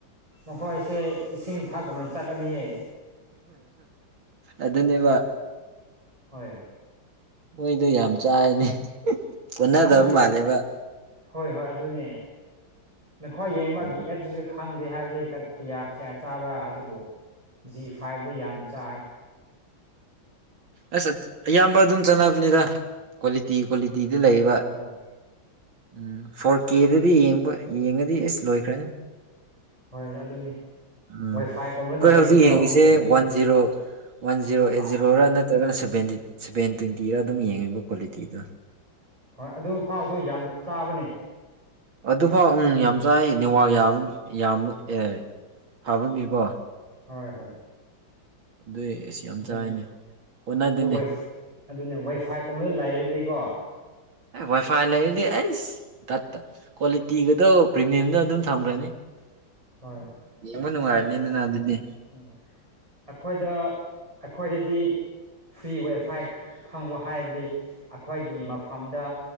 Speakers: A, on the right; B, on the right.
A: ꯃꯈꯣꯏꯁꯦ ꯏꯁꯤꯡ ꯊꯥꯛꯀꯨꯝꯅ ꯆꯥꯛꯀꯅꯤꯌꯦ꯫
B: ꯑꯗꯨꯅꯦꯕ꯫
A: ꯍꯣꯏ꯫
B: ꯃꯣꯏꯗꯣ ꯌꯥꯝ ꯆꯥꯏꯅꯤ꯫ ꯀꯣꯟꯅꯗꯕ
A: ꯈꯪꯗꯦ
B: ꯃꯥꯜꯂꯦꯕ
A: ꯍꯣꯏ ꯍꯣꯏ ꯑꯗꯨꯅꯦ꯫ ꯅꯈ꯭ꯣꯏ ꯌꯦꯡꯕ ꯃꯥꯒꯤ
B: ꯎꯝ
A: ꯑꯦꯞꯁꯤꯗ꯫ ꯈꯪꯗꯦ ꯍꯥꯏꯕꯗꯤ ꯀꯌꯥ ꯀꯌꯥ ꯆꯥꯕ꯭ꯔꯥ ꯑꯗꯨꯕꯨ ꯖꯤ ꯐꯥꯏꯚꯗꯤ ꯌꯥꯝ ꯆꯥꯏ꯫
B: ꯑꯁ ꯑꯌꯥꯝꯕ ꯑꯗꯨꯝ ꯆꯠꯅꯕꯅꯤꯗ꯫ ꯀ꯭ꯋꯥꯂꯤꯇꯤ ꯀ꯭ꯋꯥꯂꯤꯇꯤꯗ ꯂꯩꯕ
A: ꯍꯣꯏ
B: ꯎ ꯐꯣꯔ ꯀꯦꯗꯗꯤ ꯌꯦꯡꯕ ꯌꯦꯡꯉꯗꯤ ꯑꯦꯁ ꯂꯣꯏꯈ꯭ꯔꯅꯤ꯫
A: ꯍꯣꯏ ꯑꯗꯨꯅꯤ
B: ꯎꯝ
A: ꯋꯥꯏꯐꯥꯏꯒꯨꯝꯕ
B: ꯑꯩꯈꯣꯏ
A: ꯂꯩꯔꯗꯤꯀꯣ
B: ꯍꯧꯖꯤꯛ ꯌꯦꯡꯉꯁꯦ one zero. One zero eight
A: ꯑꯥ
B: ꯖꯤꯔꯣꯔꯥ ꯅꯠꯇ꯭ꯔꯒꯅ ꯁꯕꯦꯟ ꯁꯕꯦꯟ ꯇ꯭ꯋꯦꯟꯇꯤꯔꯥ ꯑꯗꯨꯝ ꯌꯦꯡꯉꯦꯕ ꯀ꯭ꯋꯥꯂꯤꯇꯤꯗꯣ꯫
A: ꯍꯣꯏ ꯑꯗꯨ ꯐꯥꯎꯁꯨ ꯌꯥꯝ ꯆꯥꯕꯅꯤ꯫
B: ꯑꯗꯨꯐꯥꯎ ꯎꯝ ꯌꯥꯝ ꯆꯥꯏ ꯅꯤꯋꯥꯕ ꯌꯥꯝ ꯑꯦ ꯐꯥꯕꯒꯤꯀꯣ꯫
A: ꯍꯣꯏ ꯍꯣꯏ꯫
B: ꯑꯗꯨꯏ ꯑꯦꯁꯤ ꯌꯥꯝ
A: ꯑꯗꯨꯅꯤ
B: ꯆꯥꯥꯏꯅꯦ ꯀꯣꯟꯅꯗꯤꯅꯦ꯫
A: ꯑꯗꯨ ꯋꯥꯏꯐ ꯑꯗꯨꯅꯦ ꯋꯥꯏ ꯐꯥꯏꯒꯨꯝꯕꯗ ꯂꯩꯔꯗꯤꯀꯣ꯫
B: ꯑꯦ ꯋꯥꯏꯐꯥꯏ ꯂꯩꯔꯗꯤ ꯑꯩꯁ ꯗ ꯀ꯭ꯋꯥꯂꯤꯇꯤꯒꯗꯣ꯫ ꯄ꯭ꯔꯤꯃꯤꯌꯝꯗ ꯑꯗꯨꯝ ꯊꯝꯈ꯭ꯔꯅꯤ
A: ꯍꯣꯏ
B: ꯌꯦꯡꯕ ꯅꯨꯡꯉꯥꯏꯔꯅꯤꯗꯅ
A: ꯑꯗꯨ
B: ꯑꯗꯨꯗꯤ꯫
A: ꯎꯝ ꯑꯩꯈꯣꯏꯗ ꯑꯩꯈꯣꯏꯗꯗꯤ꯫ ꯐ꯭ꯔꯤ ꯋꯥꯏꯐꯥꯏ ꯐꯪꯕ ꯍꯥꯏꯕꯗꯤ ꯑꯩꯈꯣꯏꯒꯤ ꯃꯐꯝꯗ꯫